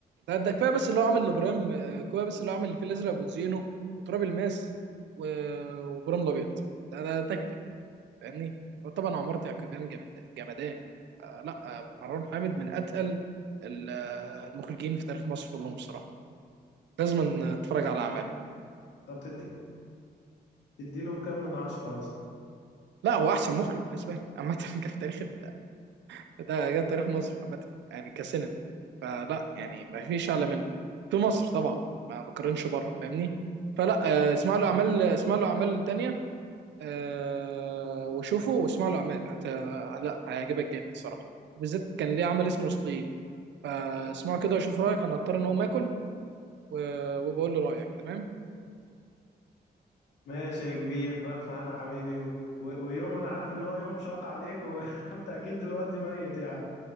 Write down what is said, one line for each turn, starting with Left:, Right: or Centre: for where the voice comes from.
Right: ده ده كفايه بس اللي هو عامل لابراهيم آه، كفايه بس اللي هو عامل الفيل الازرق وزينو وتراب الماس و- وابراهيم الابيض ده, ده, ده تكفي فاهمني وطبعا عمارة يعقوبيان جامد- جمدان آه لا آه، مروان حامد من اتقل ال- آه، المخرجين في تاريخ مصر كلهم بصراحه لازم تتفرج على اعماله
Left: طب تدي تديله كام من عشرة مثلا
Right: لا هو احسن مخرج بالنسبه لي عامه <laughs> جه في تاريخ ال- ده جه في تاريخ مصر عامه يعني كسنة فلا يعني ما فيش اعلى منه في مصر طبعا ما بقارنش بره فاهمني فلا آه، اسمعوا له اعمال اسمعوا له اعمال تانية آه، وشوفوا واسمعوا له اعمال هت... لا هيعجبك جامد الصراحه وبالذات كان ليه عمل اسمه الاصليين فاسمعوا كده وشوف رايك انا هضطر ان اقوم اكل و... وبقول له رايك تمام
Left: ماشي يا كبير بالف هنا حبيبي و... و... ويوم انا عارف ان هو يوم شاق عليك و... <laughs> وانت اكيد دلوقتي ميت يعني